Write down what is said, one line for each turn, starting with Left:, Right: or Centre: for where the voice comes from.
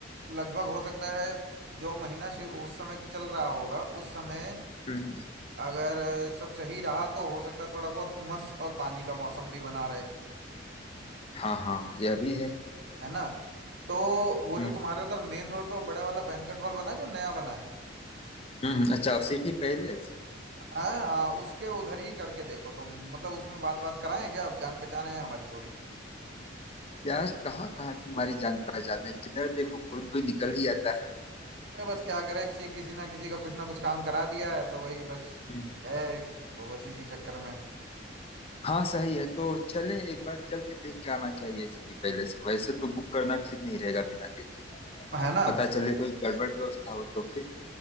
Right: लगभग हो सकता है जो महीना शुरू उस समय जो चल रहा होगा उस समय
Left: हम्म
Right: अगर सब सही रहा तो हो सकता है थोड़ा बहुत उमस और पानी का मौसम भी बना रहे
Left: हाँ हाँ यह भी है
Right: है ना तो वो
Left: हम्म,
Right: जो तुम्हारे उधर मेन रोड पे वो बड़ा वाला बैंकेट हॉल बना है जो नया बना है
Left: हम्म, अच्छा सिटी पैलेस
Right: हाँ हाँ उसके उधर ही करके देखो तुम मतलब उसमें बात बात कराएं क्या अब जान पहचान है हमारी थोड़ी
Left: यार कहाँ कहाँ तुम्हारी जान पहचान है जिधर देखो कोई न कोई निकल ही आता है
Right: अरे बस क्या करें किसी किसी ना किसी का कुछ ना कुछ काम करा दिया है तो वही बस
Left: हम्म।
Right: है तो बस इसी चक्कर में
Left: हाँ सही है तो चलें एक बार चल के देख के आना चाहिए इसकी पहले से वैसे तो बुक करना ठीक नहीं रहेगा बिना देखे
Right: है ना
Left: पता चले कोई गड़बड़ व्यवस्था हो तो फिर